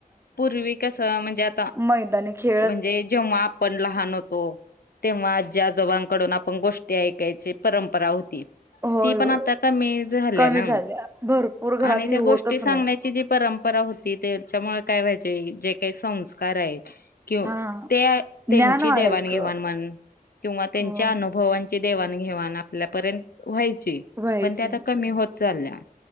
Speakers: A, on the left (about 80°); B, on the right (about 15°).
A: पूर्वी कस म्हणजे आता
B: मैदानीने खेळ
A: म्हणजे जेव्हा आपण लहान होतो. तेव्हा आजी आजोबा कडून आपण गोष्टी ऐकायची परंपरा होती.
B: होय
A: ती पण
B: होय
A: आता कमी झाली
B: कमी
A: ना
B: झाल्या भरपूर घरात
A: आणि
B: हे
A: त्या
B: होतच
A: गोष्टी सांगण्याची
B: नाही
A: जी परंपरा होती त्याच्यामुळे काय व्हायजे जे काही संस्कार आहे. कि
B: हा
A: ते त्यांची
B: ज्ञान वाढायचं
A: देवाणघेवाण म्हण किंवा त्यांच्या
B: अ हम्म
A: अनुभव ची वाण घेवाण आपल्यापर्यंत व्हायची
B: व्हायचे
A: पण आता कमी होत चालल्या.